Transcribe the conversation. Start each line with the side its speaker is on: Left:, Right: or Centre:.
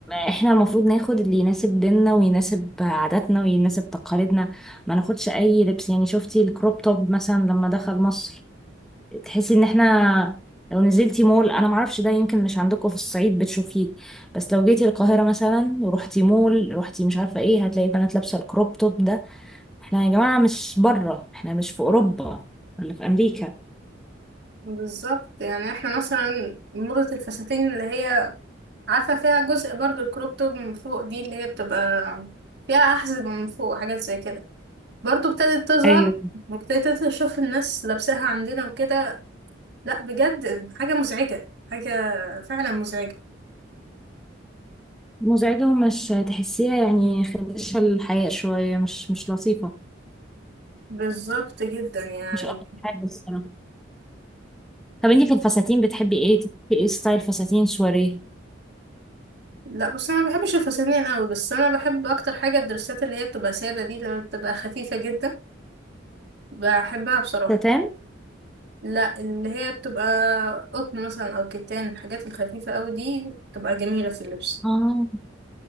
Centre: احنا المفروض ناخد اللي يناسب ديننا ويناسب عاداتنا ويناسب تقاليدنا ما ناخدش اي لبس يعني شفتي الكروب توب مثلا لما دخل مصر تحسي ان احنا لو نزلتي مول انا معرفش ده يمكن مش عندكم في الصعيد بتشوفيه بس لو جيتي القاهرة مثلا ورحتي مول رحتي مش عارفة ايه هتلاقي بنات لابسة الكروب توب ده احنا يا جماعة مش بره احنا مش في اوروبا ولا في امريكا
Right: بالظبط يعني احنا مثلا موضة الفساتين اللي هي عارفة فيها جزء برضو الكروب توب من فوق دي اللي هي بتبقى فيها أحزمة من فوق وحاجات زي كده برضو ابتدت تظهر
Centre: ايوه
Right: وابتديت أشوف الناس لابساها عندنا وكده لأ بجد حاجة مزعجة حاجة فعلا مزعجة
Centre: مزعجة ومش تحسيها يعني خدشة الحياة شوية مش مش لطيفة
Right: بالظبط جدا يعني
Centre: مش أكتر حاجة الصراحة طب انتي في الفساتين بتحبي ايه تحبي ايه ستايل فساتين سواريه
Right: لا بس انا ما بحبش الفساتين قوي بس انا بحب اكتر حاجه الدرسات اللي هي بتبقى ساده دي اللي بتبقى خفيفه جدا بحبها بصراحه
Centre: ستان
Right: لا اللي هي بتبقى قطن مثلا او كتان الحاجات الخفيفه قوي دي بتبقى جميله في اللبس
Centre: اه